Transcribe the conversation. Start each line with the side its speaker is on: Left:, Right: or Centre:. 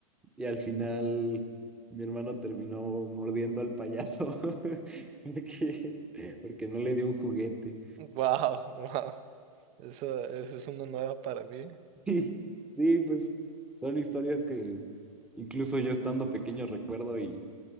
Centre: Y al final mi hermano terminó mordiendo al payaso <laughs> porque, porque no le dio un juguete.
Right: Wow, wow. Esa, esa <laughs> es una nueva para mí.
Centre: Sí, sí, pues son historias que incluso yo estando pequeño recuerdo y,